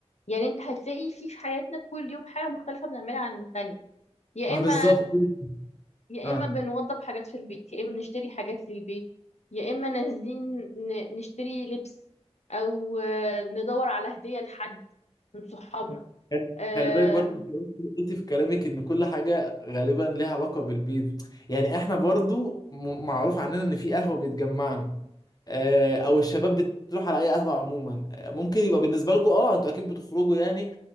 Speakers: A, on the left; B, on the left.
A: يعني انت هتلاقي في في حياتنا كل يوم حاجة مختلفة بنعملها عن التانية يا
B: ما
A: اما
B: بالظبط <laughs>
A: يا
B: اه
A: اما بنوضب حاجات في البيت يا اما بنشتري حاجات للبيت يا اما نازلين ن- نشتري لبس او آه، ندور على هدية لحد من صحابنا
B: خل-
A: آه،
B: خلي بالك برضو انت قلت قلت في كلامك ان كل حاجه غالبا ليها علاقه بالبيت يعني احنا برضو م- معروف عننا ان في قهوه بتجمعنا آه، او الشباب بتروح على اي قهوه عموما آه، ممكن يبقى بالنسبه لكم اه انتوا اكيد بتخرجوا يعني